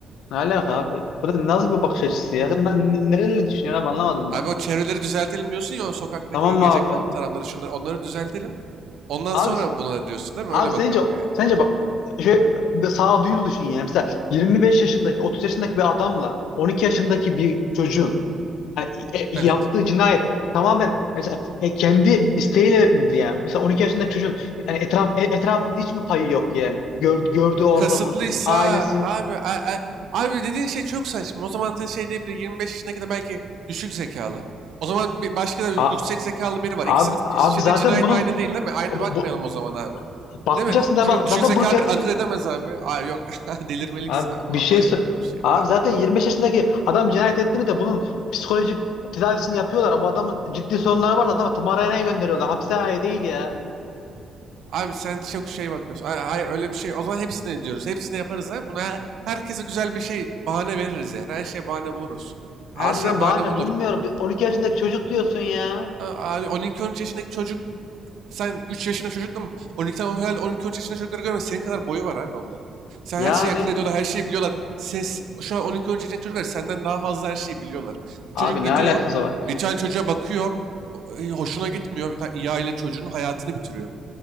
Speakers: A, on the left; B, on the right.
A: Ne alaka abi? Bu da nasıl bir bakış açısı ya? Sen n- nerenle düşünüyorsun abi anlamadım
B: Abi
A: ben.
B: o çevreleri düzeltelim diyorsun ya o sokaktaki
A: Tamam mı
B: gece
A: abi?
B: kondu tarafları şunları onları düzeltelim. Ondan
A: Abi,
B: sonra buna diyorsun değil mi?
A: abi
B: Öyle
A: sence,
B: bakalım yani.
A: sence bak şey, bir sağduyulu düşün yani. Mesela 25 yaşındaki 30 yaşındaki bir adamla 12 yaşındaki bir çocuğun Yani, e, e,
B: Evet.
A: yaptığı cinayet tamamen mesela e, kendi isteğiyle midir yani? Mesela 12 yaşında çocuğun yani etraf e, etrafının hiç mi payı yok yani? Gör- gördüğü ortamın,
B: Kasıtlıysa
A: ailesinin.
B: abi a- a- abi dediğin şey çok saçma. O zaman da şey diyebilir 25 yaşına kadar belki düşük zekalı. O zaman bir başka da yüksek
A: A,
B: zekalı biri var.
A: abi,
B: İkisinin
A: abi
B: işlediği
A: zaten
B: cinayet
A: bunun
B: aynı değil değil mi? Aynı
A: bu,
B: bakmayalım
A: bu-
B: o zaman abi.
A: bakmayacaksın
B: Değil mi?
A: da
B: Çünkü
A: bak
B: düşük
A: zaten
B: zekalı
A: bunu te- e,
B: bir akıl edemez abi. Abi yok <laughs> delirmelik
A: abi
B: abi
A: bir
B: vallahi
A: şey sö-
B: yok böyle bir şey
A: abi
B: ya.
A: zaten 25 yaşındaki adam cinayet etti mi de bunun psikolojik tedavisini yapıyorlar. Bu adamın ciddi sorunları varsa adamı tımarhaneye gönderiyorlar. Hapishaneye değil ya.
B: Abi sen çok şey bakıyorsun. Ay- Hayır öyle bir şey. O zaman hepsini diyoruz. Hepsini yaparız abi. Buna her- herkese güzel bir şey bahane veririz yani. Her şeye bahane buluruz. Her
A: Abi
B: şeye
A: ben
B: bahane
A: bahane
B: bulur.
A: bulmuyorum. Bir 12 yaşındaki çocuk diyorsun ya.
B: A- Abi on iki on üç yaşındaki çocuk Sen 3 yaşında çocukla mı? 12 tane herhalde 12 üç yaşında çocukları görme. Senin kadar boyu var abi onların. Sen
A: Yani
B: her şeyi akıl ediyorlar, her şeyi biliyorlar. Ses, şu an 12-13 yaşındaki çocuklar senden daha fazla her şeyi biliyorlar. Bu
A: Abi
B: çocuk gidiyor,
A: ne alakası var?
B: bir tane çocuğa bakıyor, bu- e, hoşuna gitmiyor. Bir tane iyi aile çocuğunun hayatını bitiriyor.